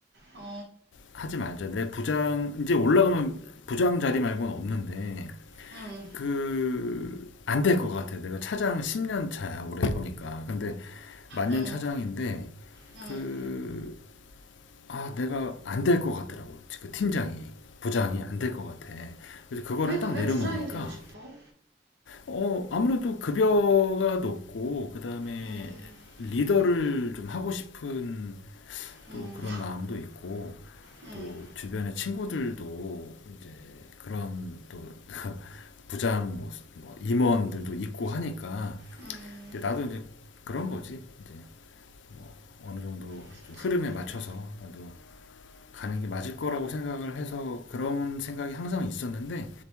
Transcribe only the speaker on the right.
어,
응,
응,
응.
왜,
왜
부장이 되고 싶어?
음,
음,
음,
음,
음,
그치,
그래,
그래.